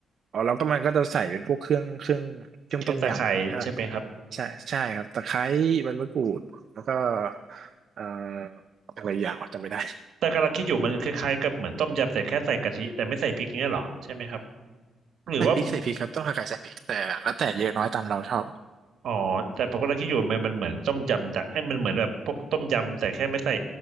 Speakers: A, on the right; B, on the right.
A: อ๋อแล้วก็มันก็จะใส่เป็นพวกเครื่องเครื่องเครื่องต้มยำใช่
B: เครื่องตะไคร้ใช่ไหมครับ
A: ใช่ใช่ครับตะไคร้ใบมะกรูดแล้วก็เอ่ออะไรอย่างวะจำไม่ได้
B: แต่กำลังคิดอยู่มันคล้ายๆกับเหมือนต้มยำแต่แค่ใส่กะทิแต่ไม่ใส่พริกเนี้ยเหรอใช่ไหมครับ หรือว่า
A: ใส่พริกใส่พริกครับต้องหักไก่ใส่พริกแต่แล้วแต่เยอะน้อยตามเราชอบ
B: อ๋อแต่ผมกำลังคิดอยู่มันมันเหมือนต้มยำจากไอ้ยมันเหมือนแบบพวกต้มยำแต่แค่ไม่ใส่